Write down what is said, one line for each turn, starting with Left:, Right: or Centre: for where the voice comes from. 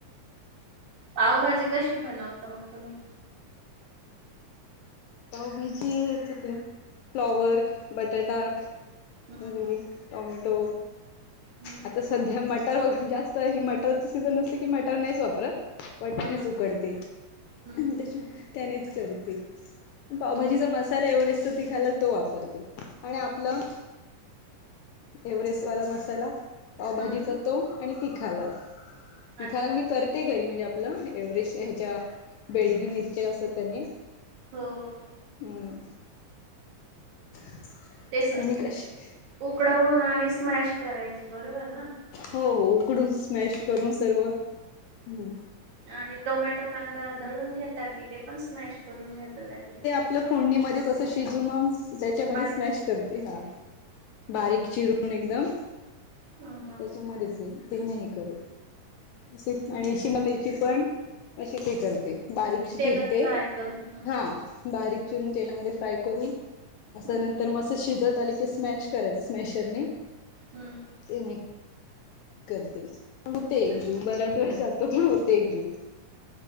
Right: पावभाजी कशी बनवतं मग तुम्ही?
Left: पावभाजी त फ्लॉवर, बटाटा
Right: हम्म
Left: वगैरे टोमॅटो
Right: हम्म
Left: आता सध्या मटर वैगरे जास्त तर हे मटरच सीझन असत, मटर नाहीच वापरत. वाटणेच
Right: हम्म
Left: उकडते
Right: हम्म
Left: आणि
Right: हम्म
Left: त्याच्या त्यानेच करते. पावभाजीचा
Right: हम्म.
Left: मसाला आणि एव्हरेस्टचा तिखा लाल तो वापरते आणि आपलं एव्हरेस्ट वाला मसाला पावभाजीचा
Right: हम्म
Left: तों आणि तिखा लाल तिखाला
Right: अच्छा
Left: मी करते घरी म्हणजे आपलं एव्हरेस्ट ह्याच्या बेडगी मिरच्या असत त्यानी
Right: हो हो.
Left: ह. <unintelligible>
Right: ते
Left: कशी
Right: उकडवून आणि स्मॅश करायचे बरोबर ना,?
Left: हो हो उकडून स्मॅश करून सर्व हम्
Right: आणि टोमॅटो कांदा दळून घेता कि ते पण स्मॅश करून घेत त्या तिथ,
Left: आपल्या फोडणीमध्येध्येच असं शिजून मग, त्याच्यामध्ये
Right: बारीक
Left: स्मॅश
Right: करून.
Left: करते हा बारीक चिरून एकदम,
Right: हां
Left: <unintelligible> ते नाही करत, आणि
Right: ह
Left: शिमालामिरची पण असशी ते करते बारीकशी
Right: तेलात
Left: चिरते
Right: फ्राय करून हम्म
Left: हा बारीक चिरून तेलामध्ये फ्राय करून अस
Right: हम्म
Left: नंतर मसा शिजत आले की स्मॅश करायचं स्मॅशरने
Right: हम्म
Left: त्यांने करते पण होते एकजू
Right: अच्छा
Left: बऱ्याच वेळ जातो पण होते एकजू